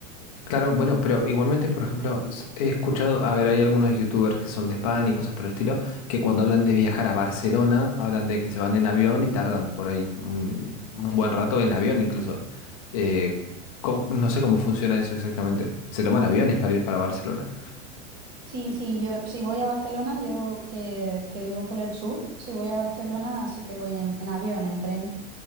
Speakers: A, on the left; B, on the right.
A: Claro, bueno, pero igualmente, por ejemplo, s- he escuchado, a ver, hay algunos youtubers que son de España y cosas por el estilo, que cuando hablan de viajar a Barcelona, hablan de que se van en avión y tardan por ahí un, un buen rato en avión incluso. Eh, co- no sé cómo funciona eso exactamente. ¿Se toman aviones para ir para Barcelona?
B: Sí, sí, yo si voy a Barcelona, yo que, que vivo por el sur, si voy a Barcelona sí que voy en, en avión, en tren.